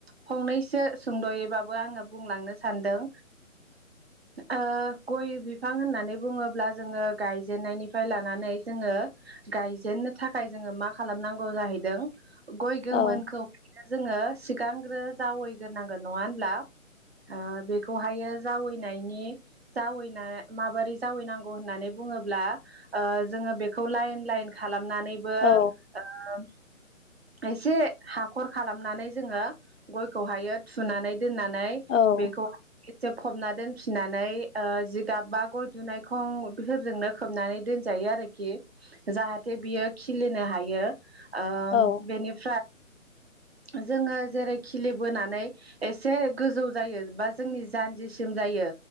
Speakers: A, on the right; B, on the left.
A: फंनैसो सुंदयैबाबो आंङो बुंलांनो सानदों ओ गय बिफां होननानै बुङोब्ला जोंङो गायजेननायनिफ्राय लानानै जोंङो ओ गायजेननो थाखाय जोंङो मा खालामनांगौ जाहैदों गय गोमोनखौ
B: औ
A: जोंङो सिगांग्रो जावैग्रोनांगोन नङा होनब्ला ओ बेखौहायो जावैनायनि जावैना माबोरै जावैनांगौ होननानै बुङोब्ला ओ जोंङो बेखौ लाइन लाइन खालामनानैबो
B: औ
A: <unintelligible> एसे हाखर खालामनानै जोंङो गयखौहायो थुनानै दोननानै
B: औ
A: बेखौ जोब फबना दोनफिननानै ओ जिगाब बा गय दुनायखं बेफोरजोंनो खोबनानै दोनजायो हायो आरोखि जाहाथे बियो खिलिनो हायो ओ
B: औ
A: बेनिफ्राय <inaudible> जोंङो जेरै खिलिबोनानै एसे गोजौ जायो बा जोंनि जानजिसिम जायो